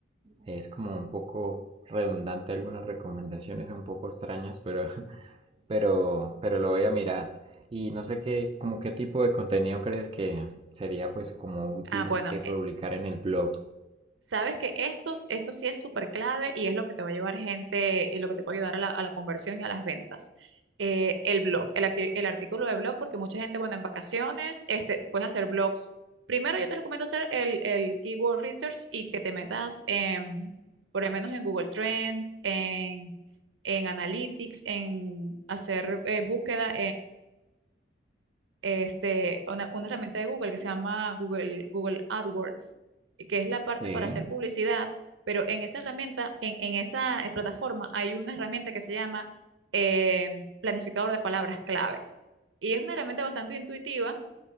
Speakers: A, on the right; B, on the right.
A: es como un poco redundante algunas recomendaciones un poco extrañas, pero <laughs> pero pero lo voy a mirar. Y no sé qué como qué tipo de contenido crees que sería pues como útil
B: Ah, bueno,
A: eh, publicar en el blog.
B: Sabes que estos, esto sí es súper clave y es lo que te va a llevar gente, y lo que te va a ayudar a la, a la conversión y a las ventas. Eh, el blog, el, acti- el artículo de blog, porque mucha gente, bueno, en vacaciones, este, puedes hacer blogs. Primero yo te recomiendo hacer el, el keyword research y que te metas en, por lo menos en Google Trends, en, en Analytics, en hacer eh, búsqueda este, una, una herramienta de Google que se llama Google, Google AdWords, que es la parte
A: Sí,
B: para hacer publicidad, pero en esa herramienta, en, en esa eh, plataforma, hay una herramienta que se llama eh, planificador de palabras clave. Y es una herramienta bastante intuitiva,